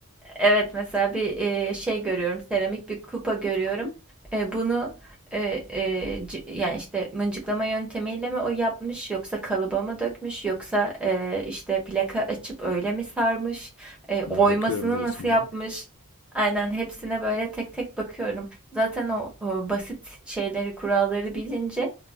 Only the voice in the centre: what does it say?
Evet mesela bir e, şey görüyorum seramik bir kupa görüyorum. E, bunu e, e, c- yani işte mıncıklama yöntemiyle mi o yapmış yoksa kalıba mı dökmüş yoksa e, işte plaka açıp öyle mi sarmış E, oymasını
nasıl yapmış?
Aynen hepsine böyle tek tek bakıyorum. Zaten o, o basit şeyleri kuralları bilince